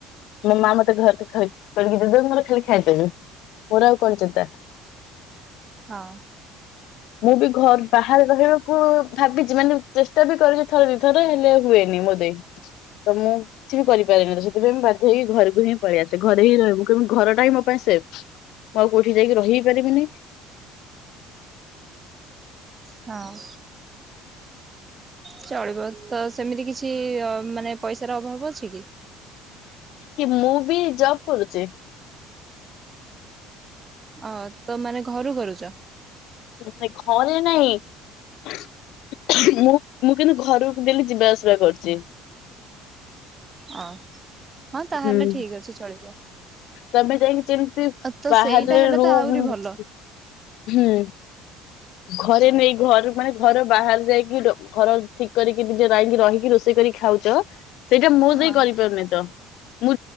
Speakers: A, on the left; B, on the right.
A: ମୋ ମା ମତେ ଘରକେ ଖାଇ କରିକି ଦେବେ ମୋର ଖାଲି ଖାଇ ଚାଲିବି ମୋର ଆଉ କଣ ଚିନ୍ତା।
B: ହଁ।
A: ମୁଁ ବି ଘର ବାହାରେ ରହିବାକୁ ଭାବିଚି ମାନେ ଚେଷ୍ଟା ବି କରିଚି ଥରେ ଦିଥର ହେଲେ ହୁଏନି ମୋ ତେ ତ ମୁଁ କିଛି ବି କରିପାରେନି ତ ସେଥିପାଇଁ ମୁଁ ବାଧ୍ୟ ହେଇକି ଘରକୁ ହିଁ ପଳେଇ ଆସେ ଘରେ ହିଁ ରହିବି ମୁଁ କହିବି ଘରଟା ହିଁ ମୋ ପାଇଁ ସେଭ୍। ମୁଁ ଆଉ କୋଉଠି ଯାଇକି ରହି ହିଁ ପାରିବିନି।
B: ହଁ। ଚଳିବ ତ ସେମିତି କିଛି ମାନେ ପଇସାର ଅଭାବ ଅଛି କି?
A: କି ମୁଁ ବି ଜବ୍ କରୁଚି।
B: ଅ ତ ମାନେ ଘରୁ କରୁଚ।
A: ନା ନାଇ ଘରେ ନାହିଁ। ମୁଁ ମୁଁ କିନ୍ତୁ ଘରକୁ ଡେଲି ଯିବା ଆସିବା କରୁଚି।
B: ଅ ହଁ ତାହେଲେ
A: ହୁଁ।
B: ଠିକ୍ ଅଛି ଚଳିବ।
A: ତମେ ଯାଇକି ଯେମିତି
B: ତ
A: ବାହରେ
B: ସେଇଟା ହେଲେ
A: ରହୁ
B: ତ ଆହୁରି
A: ହୁଁ
B: ଭଲ
A: ଘରେ ନେଇ ଘ ମାନେ ଘର ବାହାରେ ଯାଇକି ଘର ଠିକ କରିକି ନିଜେ ଯାଇକି ରହିକି ରୋଷେଇ କରି ଖାଉଛ। ଚ ସେଇଟା ମୋ ଦେଇ
B: ହଁ।
A: କରିପାରୁନି ତ ମୁଁ